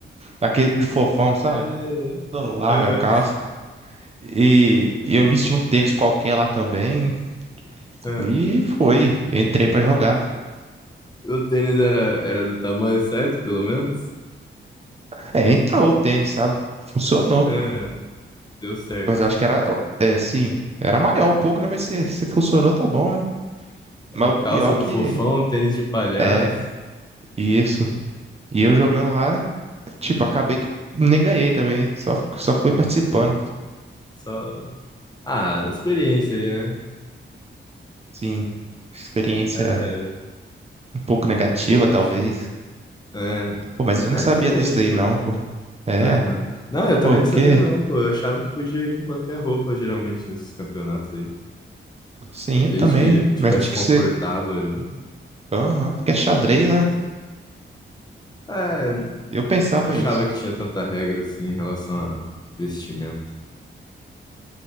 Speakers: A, on the right; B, on the left.
A: aquele de fofão, sabe?
B: É, é.
A: Toda larga
B: Aham.
A: a calça. E, e eu vesti um tênis qualquer lá também.
B: Ah,
A: E foi. Entrei pra jogar.
B: O tênis era, era do tamanho certo, pelo menos?
A: É, entrou o tênis, sabe? Funcionou.
B: Ah, deu certo.
A: Mas eu acho que era. É, sim. Era maior um pouco, né? Mas se, se funcionou, tá bom, né?
B: A
A: Mas o
B: calça
A: pior
B: do
A: que.
B: fofão, tênis de palhaço,
A: É, isso. E eu jogando lá, tipo, acabei que nem ganhei também. Só, só fui participando.
B: só. Ah, experiência ali, né?
A: Sim, experiência
B: É
A: um pouco negativa,
B: um pouco
A: talvez.
B: diferente. É...
A: Pô, mas eu
B: Ah,
A: não sabia
B: é diferente,
A: disso daí,
B: pô.
A: não, pô. É,
B: Aham. Não, eu também
A: pô,
B: não
A: porque,
B: sabia, não, pô. Eu achava que podia ir com qualquer roupa, geralmente, nesses campeonatos aí.
A: sim, eu também,
B: Desde que tivesse
A: mas tinha que
B: confortável
A: ser,
B: ali.
A: aham, porque é xadrez, né?
B: É,
A: Eu pensava
B: não achava
A: isso.
B: que tinha tanta regra assim em relação a vestimento.